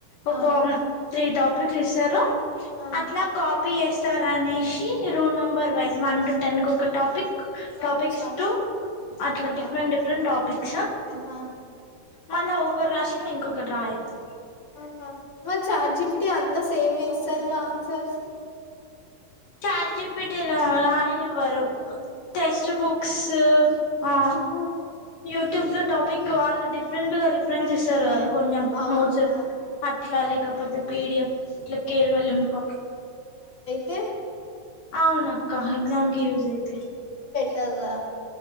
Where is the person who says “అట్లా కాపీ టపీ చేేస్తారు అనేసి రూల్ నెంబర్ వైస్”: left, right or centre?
Left